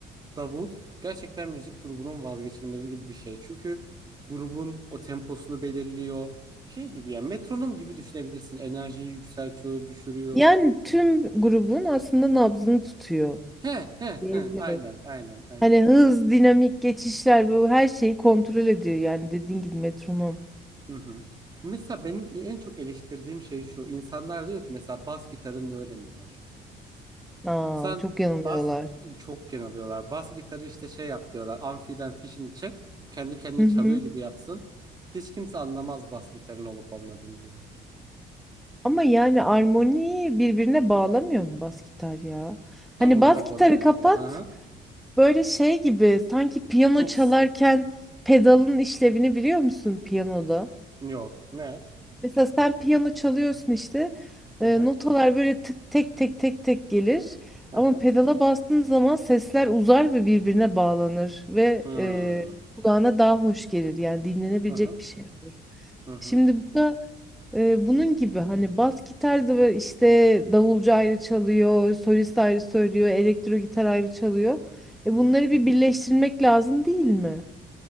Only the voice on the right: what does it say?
davul gerçekten müzik grubunun vazgeçilmezi gibi bir şey. Çünkü grubun o temposunu belirliyor. Şey gibi ya metronom gibi düşünebilirsin. Enerjiyi yükseltiyor, düşürüyor.
He he
he aynen aynen aynen.
Hı hı. Mesela benim en çok eleştirdiğim şey şu. İnsanlar diyor ki mesela bas gitarın ne önemi var?
Sen
bas çok geneliyorlar. Bas gitarı işte şey yap diyorlar. Amfiden fişini çek. Kendi kendine
çalıyor gibi yapsın. Hiç kimse anlamaz bas gitarın olup olmadığını diyorlar.
Tam
olarak
onu yapıyor.
Hı hı.
Çok
s-
yok. Ne?
Hı
hı.
Hı
hı.
Hmm.
Hı hı.
Hı hı.
Hı
hı.